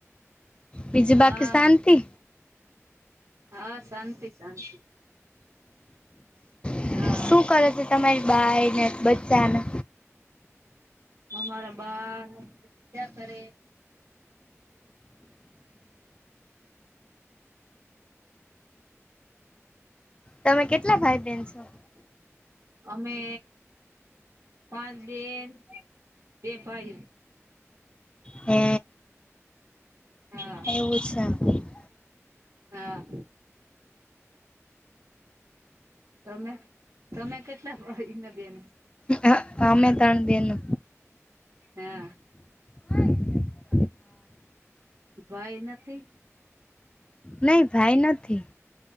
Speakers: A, on the left; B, on the right.
A: બીજું
B: હા
A: પાકિસ્તાનથી
B: હા શાંતિ શાંતિ
A: <inaudible>
B: હા.
A: તમારી બાઈને જ બચ્ચાને.
B: અમારા બા્યા કરે.
A: તમે કેટલા ભાઈ બેેન છો?
B: અમે પાંચ બેન બે ભાઈું.
A: હે
B: હા
A: એવું છે.
B: હા. તમે? તમે કેટલા ભાઈને બેન.
A: હ, અમે ત્રણે બહેનો.
B: હા.
A: હા.
B: ભાઈ નથી?
A: નહી, ભાઈ નથી.